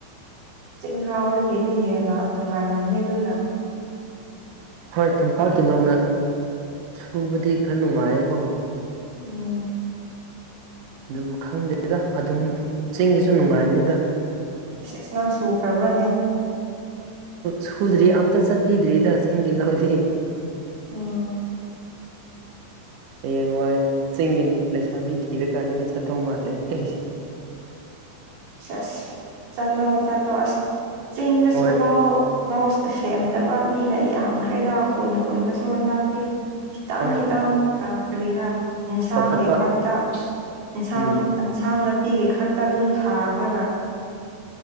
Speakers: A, on the right; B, on the right.
A: ꯆꯤꯡ ꯂꯥꯎꯗꯒꯤꯗꯤ ꯍꯦꯟꯅ ꯅꯨꯡꯉꯥꯏꯔꯝꯅꯤ ꯑꯗꯨꯅ
B: ꯍꯣꯏ ꯇꯝꯄꯥꯛꯀꯤ ꯂꯥꯎꯅ ꯁꯨꯕꯗꯤ ꯈꯔ ꯅꯨꯡꯉꯥꯏꯌꯦꯀꯣ
A: ꯎꯝ
B: ꯑꯗꯨꯕꯨ ꯈꯪꯗꯦꯗ ꯑꯗꯨꯝ ꯆꯤꯡꯒꯤꯁꯨ ꯅꯨꯡꯉꯥꯏꯒꯅꯤꯗ
A: ꯁ ꯅꯪ ꯁꯨꯈ꯭ꯔꯕ꯭ꯔꯥꯅꯦ
B: ꯁꯨꯗ꯭ꯔꯤ ꯑꯝꯇ ꯆꯠꯄꯤꯗ꯭ꯔꯤꯗ ꯆꯤꯡ ꯂꯧꯗ
A: ꯎꯝ
B: ꯍꯌꯦꯡꯋꯥꯏ ꯆꯤꯡꯒꯤꯗꯨꯅꯨꯡ ꯂꯩꯁꯥꯕꯤ ꯊꯤꯔꯀꯥꯟꯗꯗꯤ ꯆꯠꯇꯧ ꯃꯥꯜꯜꯂꯤꯦ <inaudible>
A: ꯆꯁ ꯆꯠ ꯂꯣ ꯆꯣ ꯑꯁ ꯆꯤꯡꯗꯁꯨ
B: ꯍꯣꯏ
A: ꯂ ꯂꯥꯎꯁꯤꯗ ꯁꯦꯝꯗꯕ ꯃꯤꯅ ꯌꯥꯝꯈ꯭ꯔꯦꯗ ꯈꯨꯟ ꯈꯨꯟꯅꯁꯨ ꯍꯟꯗꯛꯇꯤ ꯈꯤꯇꯪ
B: ꯍꯣꯏ
A: ꯈꯤꯇꯪ ꯀꯔꯤꯔ ꯏꯟꯁꯥꯡꯒꯤ
B: ꯆꯥꯎꯈꯠꯄ
A: ꯈꯛꯇ ꯏꯟꯁꯥꯡ
B: ꯎꯝ
A: ꯏꯟꯁꯥꯡ ꯅꯥꯄꯤꯒꯤ ꯈꯛꯇ ꯑꯗꯨꯝ ꯊꯥꯔꯒ